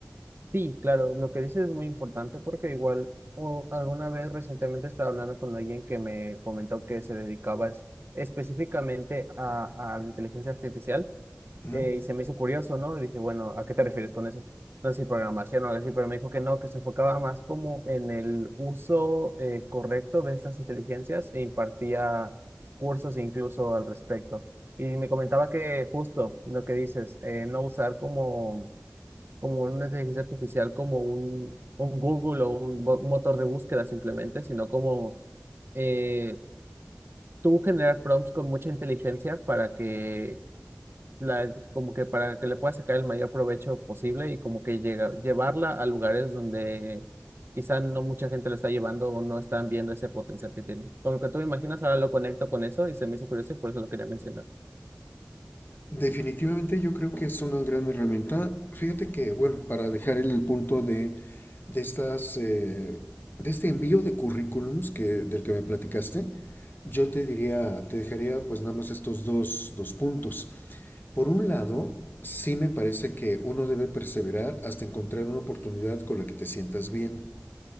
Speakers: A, on the right; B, on the left.
A: Sí, claro, lo que dices es muy importante porque igual o alguna vez recientemente estaba hablando con alguien que me comentó que se dedicaba es- específicamente a, a la inteligencia artificial
B: Ujú.
A: eh, y se me hizo curioso, ¿no? Y dije, bueno, ¿a qué te refieres con eso? No sé si programación o algo así, pero me dijo que no, que se enfocaba más como en el uso eh, correcto de estas inteligencias e impartía cursos incluso al respecto. Y me comentaba que justo lo que dices, eh, no usar como, como una inteligencia artificial como un, un Google o un, bo- un motor de búsqueda simplemente, sino como eh, tú generar prompts con mucha inteligencia para que la, como que para que le pueda sacar el mayor provecho posible y como que llega, llevarla a lugares donde quizá no mucha gente lo está llevando o no están viendo ese potencial que tiene. Con lo que tú me imaginas, ahora lo conecto con eso y se me hizo curioso y por eso lo quería mencionar.
B: Definitivamente yo creo que es una gran herramienta. Fíjate que, bueno, para dejar el punto de, de estas, eh, de este envío de currículums que, del que me platicaste, yo te diría, te dejaría pues nada más estos dos, dos puntos. Por un lado, sí me parece que uno debe perseverar hasta encontrar una oportunidad con la que te sientas bien.